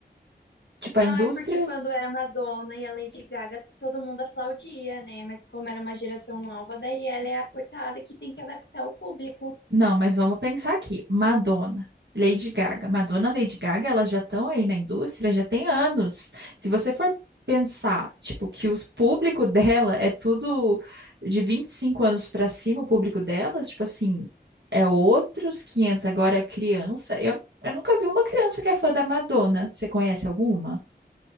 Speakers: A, on the right; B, on the left.
A: Tipo,
B: Ai,
A: a indústria.
B: porque quando era Madonna e a Lady Gaga, todo mundo aplaudia, né? Mas como ela é uma geração nova, daí ela é a coitada que tem que adaptar o público.
A: Não, mas vamos pensar aqui. Madonna, Lady Gaga. Madonna, Lady Gaga, elas já estão aí na indústria, já tem anos. Se você for pensar, tipo, que o público <laughs> dela é tudo de 25 anos pra cima, o público delas, tipo assim, é outros quinhentos Agora, é criança. Eu, eu nunca vi uma criança que é fã da Madonna. Você conhece alguma?